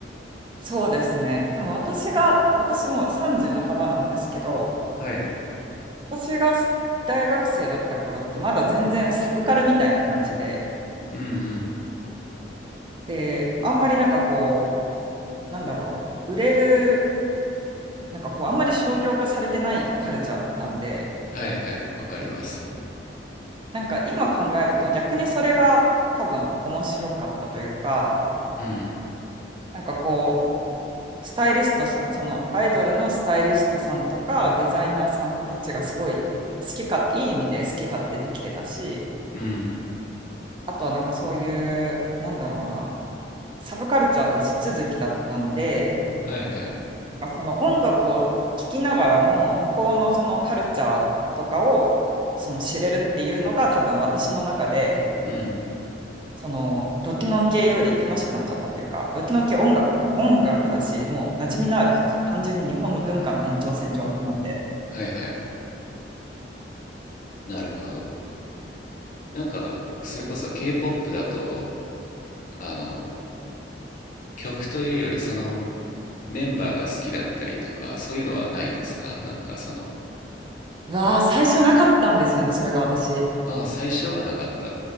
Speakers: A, on the right; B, on the left.
A: そうですね。でも私が、私もう30半ばなんですけど、
B: はい。
A: 私が大学生だった頃ってまだ全然サブカルみたいな感じで、
B: うんうん。
A: で、あんまりなんかこう、なんだろう、売れるなんかこう、あんまり商業化されてないカルチャーだったんで、
B: はいはい。わかります。
A: なんか今考えると逆にそれが多分面白かったというか、
B: うん。
A: なんかこう、スタイリストさん、そのアイドルのスタイリストさんとかデザイナーさんたちがすごい好きか、いい意味で好き勝手できてたし、
B: うん。
A: あとはなんかそういう、なんだろうな、サブカルチャーと地続きだったんで、
B: はいはい。
A: かその音楽を聴きながらも向こうのそのカルチャーとかをその知れるっていうのが多分私の中で
B: うん。
A: そのロキノン系より楽しくなっちゃったっていうかロキノン系音楽音楽だしもう馴染みのある単純に日本の文化の延長線上なんで
B: はいはい。なるほど。なんか、それこそ K-POP だと、あの、曲というより、その、メンバーが好きだったりとか、そういうのはないんですかなんかその、
A: うわあ最初なかったんですよねそれが私
B: ああ、最初はなかった